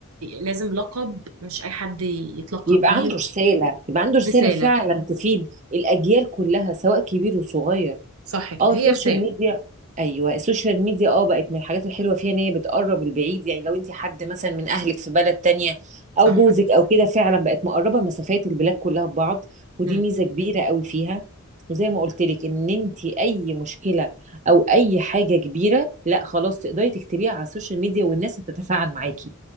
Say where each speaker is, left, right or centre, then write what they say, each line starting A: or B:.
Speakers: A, on the right; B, on the right.
A: لازم لقب مش اي حد يتلقب
B: يبقى
A: بيه
B: عنده رسالة يبقى عنده رسالة
A: رساله
B: فعلا تفيد الأجيال كلها سواء كبير وصغير
A: صح كده
B: اه السوشيال
A: هي رساله
B: ميديا ايوه السوشيال ميديا اه بقت من الحاجات الحلوة فيها ان هي بتقرب البعيد يعني لو انت حد مثلا من اهلك في بلد تانية
A: صح
B: او جوزك او كده فعلا بقت مقربة مسافات البلاد كلها ببعض ودي
A: امم
B: ميزة كبيرة قوي فيها وزي ما قلت لك ان انت اي مشكلة او اي حاجة كبيرة لا خلاص تقدري تكتبيها على السوشيال ميديا والناس هتتفاعل معاكي